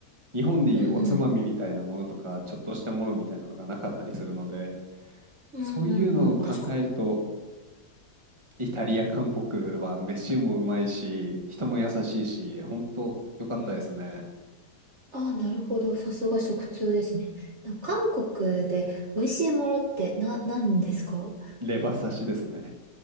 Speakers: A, on the right; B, on the right.
A: 日本でいうおつまみみたいなものとか、
B: うんうん。
A: ちょっとしたものみたいなのがなかったりするので、
B: うんうんうん。
A: そういうのを考えると、
B: 確かに。
A: イタリア、韓国は飯もうまいし、人も優しいし、本当良かったですね。
B: うんああ、なるほど。さすが食通ですね。なんか韓国で美味しいものってな、何ですか
A: レバ刺しですね。